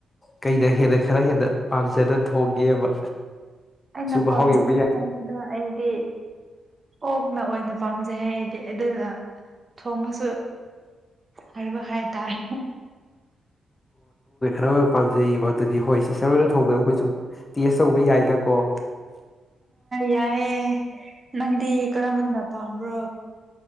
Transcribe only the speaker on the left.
ꯀꯩꯅ ꯍꯦꯟꯅ ꯈꯔ ꯍꯦꯟꯅ ꯄꯥꯝꯖꯅ ꯊꯣꯡꯒꯦꯕ
ꯃꯍꯥꯎ ꯌꯦꯡꯕ ꯌꯥꯏ
ꯑꯣ <unintelligible> ꯄꯥꯝꯖꯩꯌꯦꯕ ꯑꯗꯨꯗꯤ ꯍꯣꯏ ꯁꯤꯇꯔ ꯑꯣꯏꯅ ꯊꯣꯡꯕꯗ ꯑꯩꯈꯣꯏꯁꯨ ꯇꯦꯁ ꯇꯧꯕ ꯌꯥꯏꯗꯀꯣ